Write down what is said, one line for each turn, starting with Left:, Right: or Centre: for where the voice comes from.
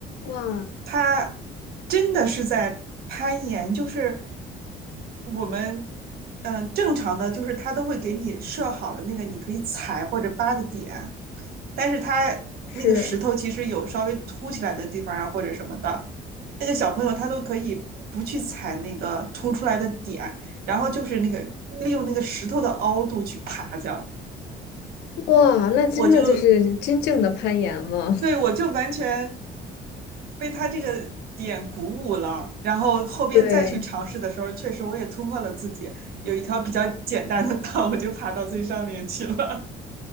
Left: 哇，
Right: 她真的是在攀岩，就是我们嗯、呃正常的，就是她都会给你设好了那个你可以踩或者扒的点，但是她那个石头其实有稍微凸起来的地方啊或者什么的，
Left: 是，
Right: 那个小朋友他都可以不去踩那个凸出来的点，然后就是那个利用那个石头的凹度去爬这样。
Left: 哇，那真的就是真正的攀岩了。
Right: 我就对我就完全
Left: <laughs>
Right: 被他这个点鼓舞了，然后后边再去尝试的时候，
Left: 对，
Right: 确实我也突破了自己，有一条比较简单的道，我就爬到最上面去了。